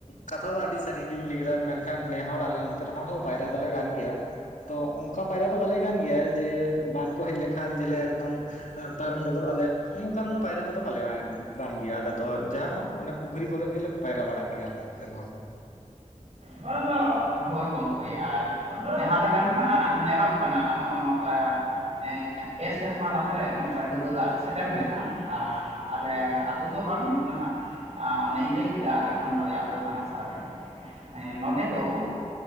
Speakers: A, on the left; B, on the right.
A: ᱠᱟᱛᱷᱟ ᱫᱚ ᱟᱹᱰᱤ ᱥᱟᱹᱨᱤ ᱜᱤᱵᱮᱱ ᱞᱟᱹᱭ ᱠᱮᱫᱟ ᱢᱮᱱᱠᱷᱟᱱ ᱱᱮ ᱦᱚᱲ ᱟᱞᱮ ᱚᱱᱛᱮ ᱨᱮᱱ ᱦᱚᱲ ᱦᱚᱸ ᱯᱟᱭᱨᱟ ᱫᱚᱞᱮ ᱜᱟᱱ ᱜᱮᱭᱟ ᱾ ᱛᱚ ᱚᱱᱠᱟ ᱯᱟᱭᱨᱟ ᱫᱚ ᱵᱟᱞᱮ ᱜᱟᱱ ᱜᱮᱭᱟ ᱡᱮ ᱵᱟᱱ ᱠᱚ ᱦᱮᱡ ᱞᱮᱱᱠᱷᱟᱱ ᱡᱮᱞᱮ ᱮᱠᱫᱚᱢ, ᱮ ᱯᱟᱨᱚᱢ ᱜᱚᱫᱚᱜ ᱟᱞᱮ ᱱᱚᱝᱠᱟᱱ ᱯᱟᱭᱨᱟ ᱠᱚᱫᱚ ᱵᱟᱞᱮ <inaudible> ᱜᱮᱭᱟ ᱟᱞᱮ ᱫᱚ ᱡᱟ ᱚᱱᱮ ᱯᱩᱠᱷᱨᱤ ᱠᱚᱨᱮ ᱜᱮᱞᱮᱼᱼ ᱯᱟᱭᱨᱟ ᱵᱟᱲᱟᱜ ᱜᱮᱭᱟ ᱟᱞᱮ ᱥᱮᱫ ᱨᱮᱱ ᱦᱚᱲ ᱠᱚᱫᱚ ᱾
B: ᱵᱟᱝᱼᱟ, ᱦᱳᱭ ᱜᱚᱝᱠᱮ ᱟᱨ ᱡᱟᱦᱟᱸ ᱞᱮᱠᱟ ᱱᱟᱦᱟᱜ ᱧᱮᱞᱚᱜ ᱠᱟᱱᱟ ᱱᱚᱜᱼᱚ ᱱᱚᱝᱠᱟ ᱾ ᱮᱸ ᱯᱮ ᱥᱮᱨᱢᱟ ᱞᱟᱦᱟᱨᱮ ᱱᱚᱝᱠᱟ ᱰᱩᱵᱟᱹ ᱫᱟᱜ ᱥᱮᱴᱮᱨ ᱞᱮᱱᱟ ᱟᱨᱼᱼ ᱟᱞᱮ ᱟᱹᱛᱩ ᱫᱚ ᱵᱟᱝ ᱱᱟᱦᱟᱜ ᱟᱸ ᱚᱱᱮᱧ ᱞᱟᱹᱭ ᱠᱮᱫᱟ ᱟᱞᱮ ᱠᱷᱚᱱ ᱵᱟᱨᱭᱟ ᱟᱹᱛᱩ ᱦᱟᱱᱟ ᱥᱟᱨᱮ ᱾ ᱮᱸ ᱱᱚᱱᱰᱮ ᱫᱚᱼᱼ